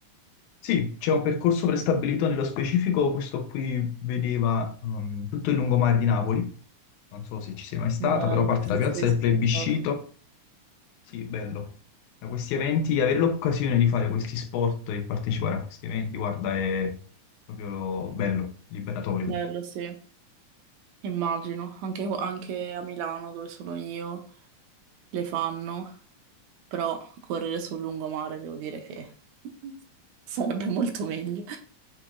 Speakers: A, on the left; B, on the right.
A: Sì, c'è un percorso prestabilito nello specifico, questo qui vedeva ehm, tutto il lungomare di Napoli Non so se ci sei mai stata,
B: Bello,
A: però parte
B: sì,
A: la piazza
B: sì, sì,
A: del plebiscito.
B: sono stato.
A: Sì, bello. Da questi eventi, avere l'occasione di fare questi sport e partecipare a questi eventi, guarda, è proprio bello, liberatorio.
B: Bello, sì. Immagino, anche, anche a Milano dove sono io le fanno però correre sul lungomare devo dire che sarebbe molto meglio.